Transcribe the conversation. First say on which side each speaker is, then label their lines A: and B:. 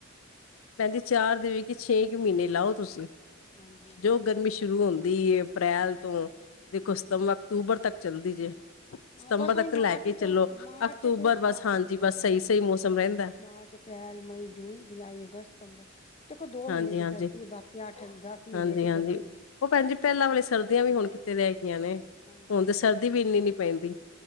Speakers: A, on the left (about 90°); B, on the left (about 30°).
A: ਭੈਣਜੀ, ਚਾਰ ਦੇ ਵਿੱਚ ਛੇ ਕੁ ਮਹੀਨੇ ਲਾਓ ਤੁਸੀਂ
B: ਹਾਂਜੀ ਹਾਂਜੀ
A: ਜੋ ਗਰਮੀ
B: ਆ ਤੇ
A: ਸ਼ੁਰੂ
B: ਤੁਹਾਡੀ
A: ਹੁੰਦੀ
B: ਗੱਲ
A: ਹੈ ਅਪ੍ਰੈਲ ਤੋਂ ਦੇਖੋ ਸਤੰਮਰ-ਅਕਤੂਬਰ ਤੱਕ ਚੱਲਦੀ ਜੇ।
B: <inaudible> ਹਾਂ
A: ਸਤੰਬਰ
B: ਬਸ ਉਹੀ
A: ਤੱਕ
B: ਮਾਰਚ
A: ਲੈ ਕੇ
B: ਤੋਂ,
A: ਚਲੋ
B: ਮਾਰਚ
A: ਅਕਤੂਬਰ
B: ਤੋਂ ਸਟਾਰਟ
A: ਬਸ ਹਾਂਜੀ
B: ਹੋ ਜਾਂਦੇ
A: ਬਸ ਸਹੀ-ਸਹੀ
B: ਨੇ,
A: ਮੌਸਮ ਰਹਿੰਦਾ
B: ਮਾਰਚ, ਅਪ੍ਰੈਲ ਮਈ, ਜੂਨ, ਜੁਲਾਈ, ਅਗਸਤ, ਸਤੰਬਰ। ਦੇਖੋ ਦੋ
A: ਹਾਂਜੀ,
B: ਮਹੀਨੇ ਦੀ
A: ਹਾਂਜੀ।
B: ਸਰਦੀ ਬਾਕੀ ਅੱਠ ਦਸ ਮਹੀਨੇ
A: ਹਾਂਜੀ,
B: ਤੇ
A: ਹਾਂਜੀ,
B: ਗਰਮੀ ਹੈ
A: ਉਹ ਭੈਣਜੀ ਪਹਿਲਾਂ ਵਾਲੀ ਸਰਦੀਆਂ ਵੀ ਹੁਣ ਕਿਤੇ ਰਹਿ ਗੀਆਂ ਨੇ,
B: ਹਾਂਜੀ
A: ਹੁਣ
B: ਹਾਂਜੀ
A: ਤੇ ਸਰਦੀ ਵੀ ਇੰਨੀ ਨੀ ਪੈਂਦੀ।